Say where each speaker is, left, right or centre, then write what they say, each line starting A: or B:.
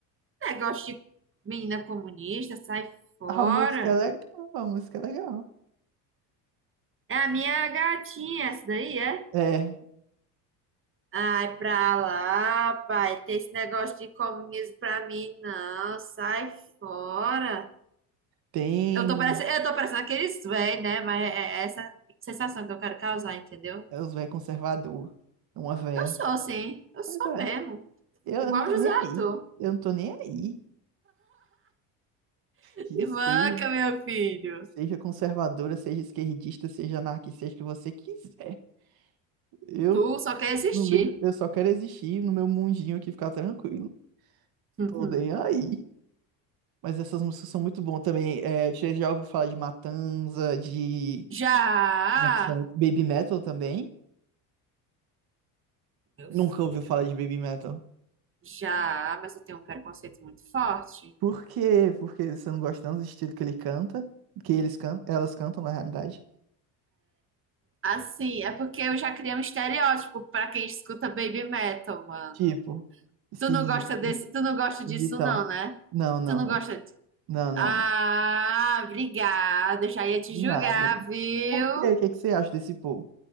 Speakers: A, on the right; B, on the right.
A: Negócio de menina comunista, sai fora.
B: A música é legal, a música é legal.
A: É a minha gatinha, essa daí, é?
B: É,
A: Ai, pra lá, pai. Tem esse negócio de comunismo pra mim, não. Sai fora.
B: tem
A: Eu tô parecendo, eu tô parecendo aqueles velhos, né? Mas é é essa sensação que eu quero causar, entendeu?
B: é os velhos conservador, é uma véia.
A: Eu sou, sim. Eu sou
B: Pois é,
A: mesmo.
B: eu
A: Igual
B: não tô
A: o José
B: nem
A: Arthur.
B: aí, eu não tô nem aí.
A: Que
B: Que seja,
A: manca, meu filho.
B: seja conservadora, seja esquerdista, seja anarquista, seja o que você quiser. Eu
A: Tu só quer existir.
B: não ligo, eu
A: <laughs>
B: só quero existir no meu mundinho aqui, ficar tranquilo.
A: Uhum.
B: Tô nem aí. Mas essas músicas são muito boas também. É, você já ouviu falar de Matanza, de...
A: Já,
B: Nossa, é Baby Metal também?
A: meu
B: Nunca
A: filho.
B: ouviu falar de Baby Metal?
A: Já, mas eu tenho um preconceito muito forte.
B: Por quê? Porque você não gosta tanto do estilo que ele canta, que eles cantam, elas cantam na realidade.
A: Assim, é porque eu já criei um estereótipo pra quem escuta baby metal, mano.
B: Tipo, esquisito,
A: Tu não gosta desse, tu não gosta disso
B: esquisitão.
A: não, né?
B: Não, não,
A: Tu não
B: não.
A: gosta de...
B: Não, não,
A: Ah,
B: não.
A: obrigada, eu já ia te
B: De
A: julgar,
B: nada.
A: viu?
B: Por quê? O que é que você acha desse povo?